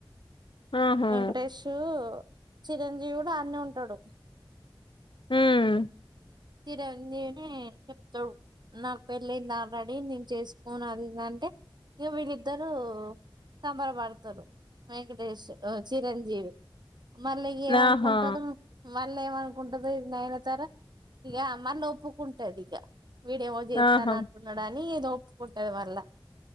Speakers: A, on the left; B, on the right.
A: ఆహా
B: వెంకటేషు చిరంజీవుడ అన్నే ఉంటాడు
A: ఉమ్
B: చిరంజీవిని చెప్తాడు నాక్ పెళ్లైంద్ ఆల్రెడీ నేను చేసుకోను అదింటే ఇ వీళ్ళిద్దరు. సంబరపడతారు వెంకటేేశ్ ఉ చిరంజీవి. మళ్ళీగ్ ఎం అన్కుంటరు
A: ఆహా
B: మళ్ళ ఏమనుకుంటది ఇది నైనతర ఇగ అమ్మాన్ ఒప్పుకుంటది ఇక వీడేమో చేస్తాను
A: ఆహా
B: అంటున్నాడా ఏదో ఒప్పుకుంటది వర్లే